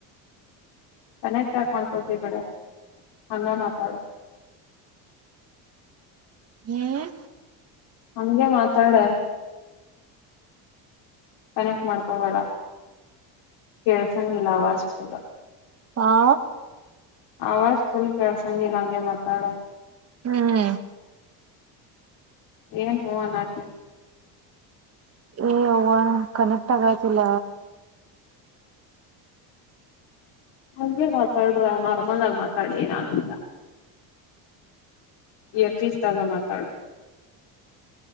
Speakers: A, on the left; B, on the right.
A: ಕನೆಕ್ಟ್ ಆಕ್ ಮಾಡ್ಕೋತೀ ಬಿಡ ಹಂಗ ಮಾತಾಡು
B: ಹ್ಮ್
A: ಹಂಗೆ ಮಾತಾಡ ಕನೆಕ್ಟ್ ಮಾಡ್ಕೊಬೇಡ ಕೇಳ್ಸಂಗಲ್ಲ ಅವಾಜ್ಲ್ಲ
B: ಹಾ
A: ಆವಾಜ ಪೂರ್ ಕೆಳಸಾಗಿ ನಂಗೆ ಮಾತಾಡ
B: ಹ್ಮ್
A: ಏನ್ ಹವಾ ನಕ
B: ಏ ಅವ್ವ ನ ಕನೆಕ್ಟ್ ಆಗೈತಿಲ್ಲ
A: ಹಗೆ ಮಾತಾಡ್ರ ನಾರ್ಮಲ್ ಆಗಿ ಮಾತಾಡಿ ಏನ ಆಂಗಿಲ್ಲ ಇಯರ್ ಪೀಸ್ ದಾಗ ಮಾತಾಡು